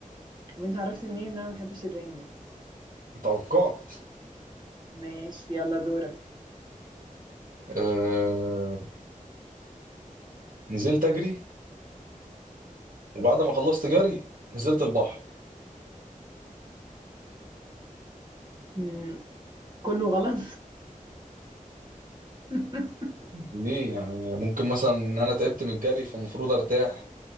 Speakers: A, on the right; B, on the right.
A: وانت عرفت منين ان انا ما بحبش الرنجة
B: توقعت
A: ماشي يلا دورك
B: آه... نزلت اجري وبعد ما خلصت جري نزلت البحر
A: مم. كله غلط <laughs>
B: ليه يعني ممكن مثلا ان انا تعبت من الجري فالمفروض ارتاح